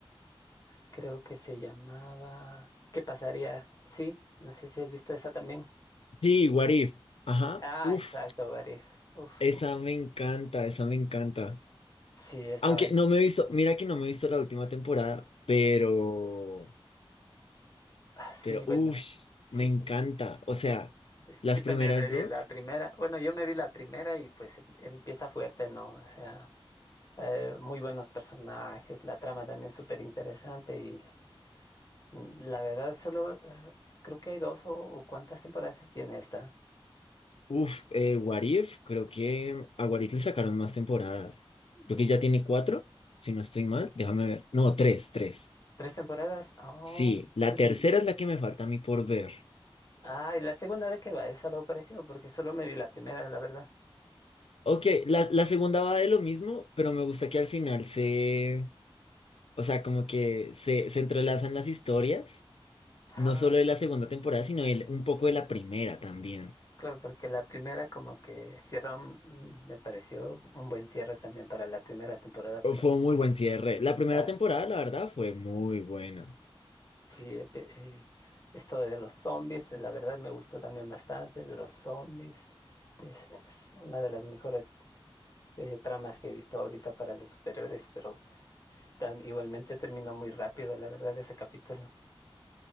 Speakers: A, on the left (about 35°); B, on the left (about 75°).
A: Creo que se llamaba... ¿Qué pasaría? Sí, no sé si has visto esa también.
B: Sí, What If, ajá,
A: Ah,
B: uff,
A: exacto, What If. Uf,
B: esa me encanta, esa me encanta.
A: sí, estaba...
B: Aunque no me he visto, mira que no me he visto la última temporada, pero...
A: ah, sí,
B: Pero,
A: bueno,
B: uff,
A: sí,
B: me encanta.
A: sí. sí.
B: O sea,
A: Es
B: las
A: que yo
B: primeras
A: también me vi
B: dos,
A: la primera, bueno, yo me vi la primera y pues em- empieza fuerte, ¿no? O sea, eh, muy buenos personajes, la trama también súper interesante y mm, la verdad solo eh, creo que hay dos o, o cuántas temporadas tiene esta.
B: uff, eh, What If, creo que a What If le sacaron más temporadas.
A: Mm,
B: Creo que ya tiene cuatro, si no estoy mal. Déjame ver. No, tres, tres.
A: ¿Tres temporadas? Oh,
B: Sí, la
A: sí.
B: tercera
A: lo
B: es la que me falta a mí por ver.
A: Ah, ¿y la segunda de qué va? Es algo parecido porque solo me vi la primera, la verdad.
B: Ok, la, la segunda va de lo mismo, pero me gusta que al final se, o sea, como que se, se entrelazan las historias,
A: Ah,
B: no solo de la segunda temporada, sino el- un poco de la primera también.
A: claro, porque la primera como que cierra, mm, me pareció un buen cierre también para la primera temporada, pero...
B: Fue un muy buen cierre. La primera
A: claro.
B: temporada, la verdad, fue muy buena.
A: Sí, eh, pe- eh, esto de los zombies, eh, la verdad me gustó también bastante, de los zombies. Es, es una de las mejores eh, tramas que he visto ahorita para los superhéroes, pero s- tam- igualmente terminó muy rápido, la verdad, ese capítulo.